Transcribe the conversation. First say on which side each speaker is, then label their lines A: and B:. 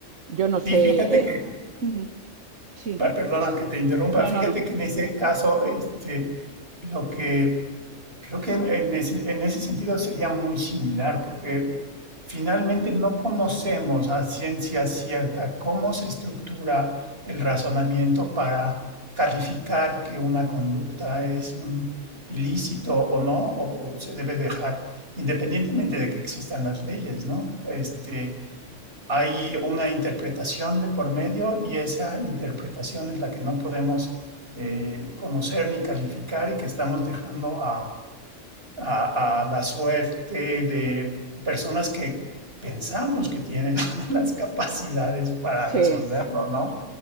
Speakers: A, on the right (about 75°); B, on the right (about 50°).
A: yo no sé.
B: Sí, fíjate
A: eh,
B: que,
A: <laughs> Sí,
B: pa- perdona que te interrumpa,
A: no,
B: fíjate
A: no, no.
B: que en ese caso, este, lo que Creo que en ese, en ese sentido sería muy similar, porque finalmente no conocemos a ciencia cierta cómo se estructura el razonamiento para calificar que una conducta es un ilícito o no, o, o se debe dejar, independientemente de que existan las leyes, ¿no? Este, hay una interpretación de por medio y esa interpretación es la que no podemos eh, conocer ni calificar y que estamos dejando a a, a la suerte de personas que pensamos que tienen <laughs> las capacidades para
A: Sí,
B: resolverlo, ¿no?